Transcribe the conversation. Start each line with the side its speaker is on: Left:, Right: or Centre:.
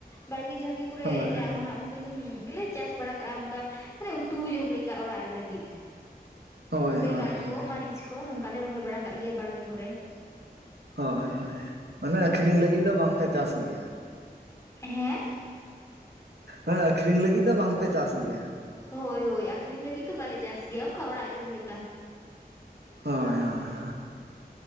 Left: ᱵᱟᱲᱜᱮ ᱡᱷᱟᱲᱜᱮ ᱠᱚᱨᱮ
Right: ᱦᱳᱭ
Left: ᱡᱟᱦᱟ ᱩᱰᱟᱹᱝ ᱜᱮᱞᱮ ᱪᱟᱥ ᱵᱟᱲᱟ ᱠᱟᱜ-ᱟ ᱚᱱᱠᱟ ᱢᱟᱱᱮ ᱩᱛᱩ ᱡᱚᱢ ᱞᱮᱠᱟ ᱚᱲᱟᱜ ᱨᱮ ᱞᱟᱹᱜᱤᱫ
Right: ᱦᱳᱭ
Left: ᱵᱮᱸᱜᱟᱲ
Right: ᱦᱳᱭ ᱦᱳᱭ
Left: ᱠᱚ ᱢᱟᱹᱨᱤᱪ ᱠᱚ ᱱᱚᱝᱠᱟ ᱞᱮ ᱨᱚᱦᱚᱭ ᱵᱟᱲᱟ ᱠᱟᱜ ᱜᱮᱭᱟ ᱵᱟᱲᱜᱤ ᱠᱚᱨᱮ᱾
Right: ᱦᱚᱸᱭ ᱦᱚᱸᱭ ᱢᱟᱱᱮ ᱟᱠᱷᱨᱤᱧ ᱞᱟᱹᱜᱤᱫ ᱫᱚ ᱵᱟᱝᱯᱮ ᱪᱟᱥ ᱜᱮᱭᱟ᱾
Left: ᱦᱮᱸ
Right: ᱦᱮᱸ ᱟᱹᱠᱷᱨᱤᱧ ᱞᱟᱹᱜᱤᱫ ᱫᱚ ᱵᱟᱝᱯᱮ ᱪᱟᱥ ᱜᱮᱭᱟ,
Left: ᱦᱳᱭ ᱦᱳᱭ ᱟᱠᱷᱨᱤᱧ ᱞᱟᱹᱜᱤᱫ ᱫᱚ ᱵᱟᱞᱮ ᱪᱟᱥ ᱜᱮᱭᱟ ᱚᱝᱠᱟ ᱚᱲᱟᱜ ᱡᱚᱢ ᱞᱮᱠᱟ᱾
Right: ᱦᱚᱸᱭ ᱦᱚᱸᱭ᱾